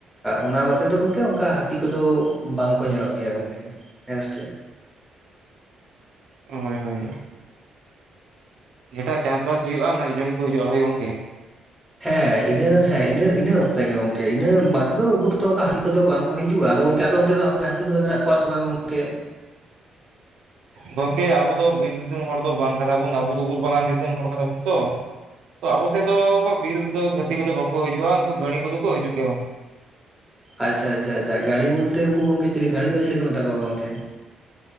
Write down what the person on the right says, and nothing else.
ᱦᱳᱭ ᱦᱳᱭ ᱡᱮᱴᱟᱜ ᱪᱟᱥᱵᱟᱥ ᱦᱩᱭᱩᱜ-ᱟ ᱚᱱᱟ ᱡᱚ-ᱡᱚᱢ ᱠᱚ ᱦᱤᱡᱩᱜ-ᱟ ᱦᱳᱭ ᱜᱚᱝᱠᱮ
ᱜᱚᱝᱠᱮ ᱟᱵᱚ ᱫᱚ ᱵᱤᱨ ᱫᱤᱥᱚᱢ ᱦᱚᱲ ᱫᱚ ᱵᱟᱝ ᱠᱟᱱᱟ ᱵᱚᱱ ᱟᱵᱚ ᱫᱚ ᱩᱞ ᱵᱟᱜᱟᱱ ᱫᱤᱥᱚᱢ ᱦᱚᱲ ᱠᱟᱱᱟ ᱵᱚᱱ ᱛᱚ ᱚᱵᱚ ᱥᱮᱫ ᱫᱚ ᱵᱤᱨ ᱫᱚ ᱦᱟᱹᱛᱤ ᱠᱚᱫᱚ ᱵᱟᱠᱚ ᱦᱤᱡᱩᱜᱼᱟ ᱩᱱᱠᱩ ᱜᱟᱹᱲᱤ ᱠᱚᱫᱚ ᱠᱚ ᱦᱤᱡᱩᱜ ᱜᱮᱭᱟ